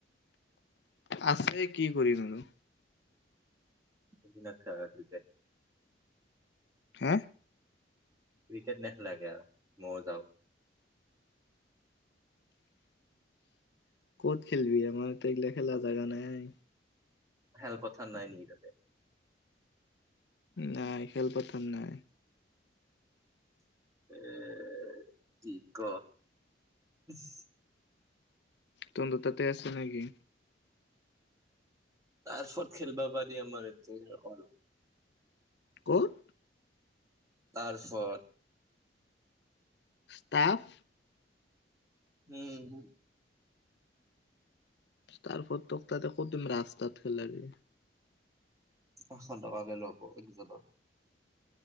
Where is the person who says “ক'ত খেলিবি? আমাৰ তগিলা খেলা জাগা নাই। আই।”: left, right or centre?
Left